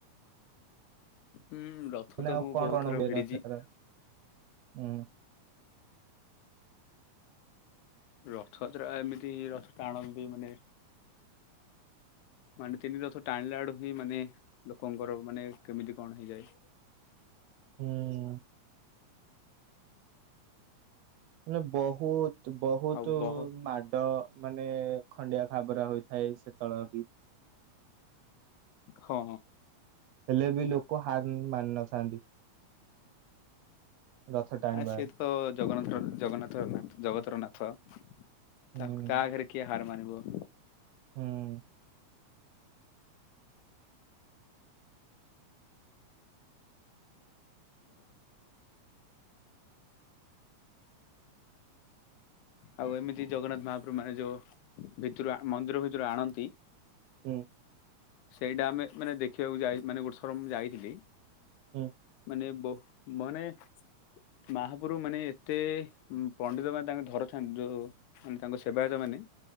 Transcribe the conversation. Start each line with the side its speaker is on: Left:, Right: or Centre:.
Left: ହୁଁ ରଥ
Right: ମାନେ
Left: ତ
Right: ଆଉ
Left: ମୁଁ
Right: କଣ
Left: ବହୁତ
Right: କଣ
Left: ଥର
Right: ହୁଏ
Left: ଭିଡିଛି।
Right: ରଥଯାତ୍ରା ହୁଁ।
Left: ରଥଯାତ୍ରା ଏମିତି ରଥ ଟାଣନ୍ତି ମାନେ ମାନେ ତିନି ରଥ ଟାଣିଲା ଆଡୁ ହିଁ ମାନେ ଲୋକଙ୍କର ମାନେ କେମିତି କଣ ହେଇଯାଏ।
Right: ହୁଁ। ମାନେ ବହୁତ୍ ବହୁତୁ
Left: ଆଉ ବହ
Right: ମାଡ ମାନେ ଖଣ୍ଡିଆ ଖାବରା ହୋଇଥାଏ ସେତଳ ବି।
Left: ହଁ।
Right: ହେଲେ ବି ଲୋକ ହାର୍ ମାନିନଥାନ୍ତି। ରଥ ଟାଣିବାରେ
Left: ଆ ସେତ ତ ଜଗନ୍ନାଥ ଠାକୁର୍ ଜଗନ୍ନାଥ ନାଥ- ଜଗତର ନାଥ
Right: ହୁଁ।
Left: ତା -ତା ଆଗରେ କିଏ ହାର୍ ମାନିବ।
Right: ହୁଁ।
Left: ଆଉ ଏମିତି ଜଗନ୍ନାଥ ମହାପ୍ରଭୁ ମାନେ ଯଉ ଭିତୁରୁ ଆ-ମନ୍ଦିର ଭିତରୁ ଆଣନ୍ତି
Right: ହୁଁ।
Left: ସେଇଟା ଆମେ ମାନେ ଦେଖିବାକୁ ଯାଇ ମାନେ ଗୋଟେ ଥର ମୁଁ ଯାଇଥିଲି
Right: ହୁଁ
Left: ମାନେ ବହୁ ମନେ ସ୍ ମାହାପୁରୁ ମାନେ ଏତେ ପଣ୍ଡିତ ମାନେ ତାଙ୍କ ଧରଥାନ୍ତି ଯଉ ମାନେ ତାଙ୍କ ସେବାୟତ ମାନେ